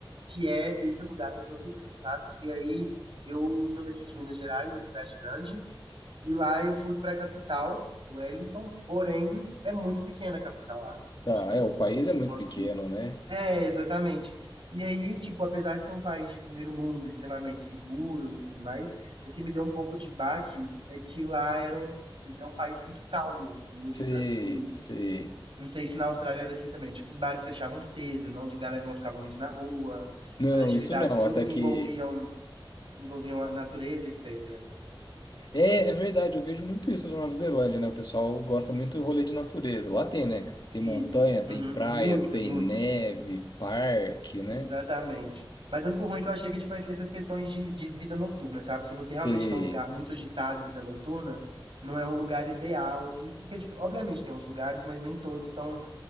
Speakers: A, on the right; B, on the left.
A: que é esse lugar que eu tô vivendo, sabe? E aí eu sou daqui de Minas Gerais, da cidade grande, e lá eu fui para a capital, Wellington, porém é muito pequena a capital lá.
B: tá.
A: Tipo
B: É,
A: assim,
B: o país
A: não sei
B: é muito
A: quantos
B: pequeno, né?
A: é, exatamente. E aí, tipo, apesar de ser um país de primeiro mundo, extremamente seguro e tudo mais, o que me deu um pouco de baque é que lá era um, é um país muito calmo, muito
B: Sei,
A: tranquilo.
B: sei.
A: Não sei se na Austrália era assim também. Tipo, os bares fechavam cedo, não, a galera não ficava muito na rua,
B: Não,
A: as atividades
B: isso não.
A: todas
B: Até que
A: envolviam, envolviam a natureza, etc.
B: É, é verdade, eu vejo muito isso na Nova Zelândia, né? O pessoal gosta muito do rolê de natureza. Lá tem, né? Tem
A: Isso,
B: montanha, tem
A: uhum,
B: praia,
A: muito,
B: tem
A: muito.
B: neve, parque, né?
A: Exatamente. Mas o único ruim é que eu achei que, tipo, é que essas questões de, de vida noturna, sabe? Se você realmente
B: Tem...
A: quer um lugar muito agitado, vida noturna, não é um lugar ideal, assim, porque, tipo, obviamente tem uns lugares, mas nem todos são